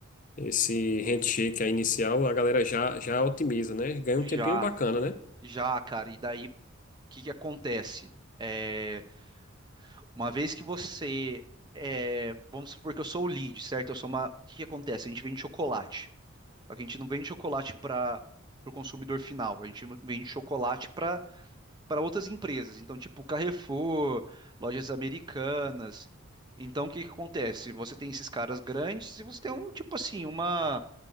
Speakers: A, on the left; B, on the right.
A: esse handshake aí inicial, a galera já já otimiza, né, ganha
B: Já.
A: um tempinho bacana, né?
B: Já, cara, e daí o que que acontece? É, uma vez que você é, vamos supor que eu sou o lead, certo? Eu sou uma. O que que acontece? A gente vende chocolate. Só que a gente não vende chocolate para o consumidor final, a gente vende chocolate para para outras empresas. Então, tipo Carrefour, lojas americanas. Então, o que que acontece? Você tem esses caras grandes e você tem um tipo assim, uma